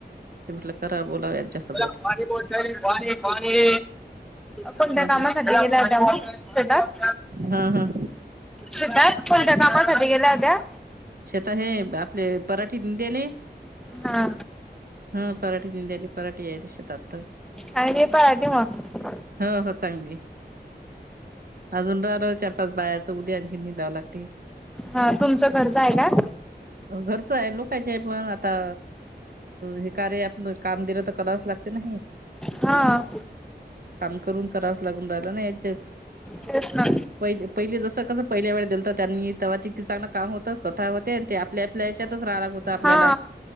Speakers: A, on the right; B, in the centre.
A: ते म्हटलं करा बोलाव यांच्यासोबत
B: बोला पाणी बॉटल पाणी पाणी. कोणत्या
A: बाकी
B: कामासाठी गेल्या होत्या तुम्ही शेतात?
A: हा हा!
B: शेतात कोणत्या कामासाठी गेल्या होत्या?
A: शेतात हे आपले पराठींद्याने.
B: हा!
A: हा पराठी निंद्याली पराठी आहे त शेतात तर
B: काय रे पर राठे मग
A: हो हो चांगली आहे. अजून तर चार पाच बायाचं उद्या आणखी निदावं लागतय.
B: हा तुमच घरच आहे का
A: घरचं आहे लोकयची आहे पण आता हे कार्य आप काम दिलं तर करावंच लागते ना हे
B: हा
A: काम करून करावास लागून राहिला ना ऍडजस्ट
B: तेच ना
A: पहि पहिले जसं कसं पहिल्या वेळे दिलंत त्यांनी तवा ते ते चांग काम होत कथा होते आणि ते आपल्या आपल्या हेच्यातच रायलागत होत आपल्याला
B: हा